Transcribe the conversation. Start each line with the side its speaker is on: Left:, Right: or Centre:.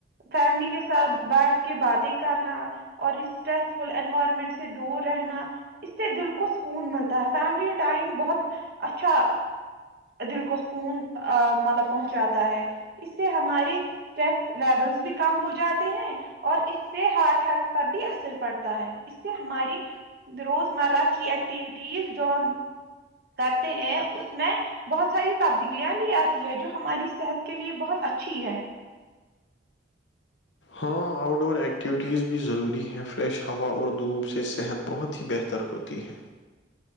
Right: فیملی کے ساتھ بیٹھ کے باتیں کرنا اور اس اسٹریس فل انوائرمنٹ سے دور رہنا اس سے دل کو سکون ملتا ہے فیملی ٹائم بہت اچھا دل کو سکون مطلب پہنچاتا ہے اس سے ہماری اسٹریس لیولس بھی کم ہو جاتے ہیں اور اس سے ہارٹ ہیلتھ پر بھی اثر پڑتا ہے اس سے ہماری روزمرہ کی ایکٹیویٹیز جو ہم کرتے ہیں اس میں بہت ساری تبدیلیاں بھی آتی ہے جو ہماری صحت کے لیے بہت اچھی ہے
Left: ہاں آؤٹ ڈور ایکٹیویٹیز بھی ضروری ہیں فریش ہوا اور دھوپ سے صحت بہت ہی بہتر ہوتی ہے